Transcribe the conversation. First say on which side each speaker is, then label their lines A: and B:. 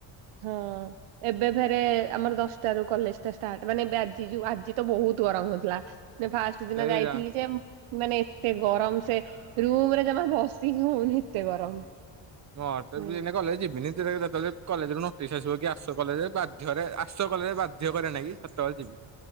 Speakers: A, on the right; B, on the right.
A: ହଁ ଏବେ ଫେରେ ଆମର ଦଶଟା ରୁ କଲେଜ ଟା ଷ୍ଟାର୍ଟ ମାନେ ଆ ଯୋଉ ଆଜି ତ ବହୁତ ଗରମ ହେଉଥିଲା ଫାଷ୍ଟ ଦିନ
B: ସେଇଟା
A: ଯାଇଥିଲି ଯେ ମାନେ ଏତେ ଗରମ ସେ ରୁମ୍ ରେ ଜମା ବସିି ହି ହଉନି ଏତେ ଗରମ।
B: ମୁଁ
A: ହୁଁ।
B: କଲେଜ ଯିବିନି। ଯେତେବେଳେ କଲେଜ ନୋଟିସ୍ ଆସିବ କି ଆସ କଲେଜରେ ବାଧ୍ୟରେ ଆସ କଲେଜରେ ବାଧ୍ୟ କରେ ନାଇଁ କି ସେତେବେଳେ ଯିବି।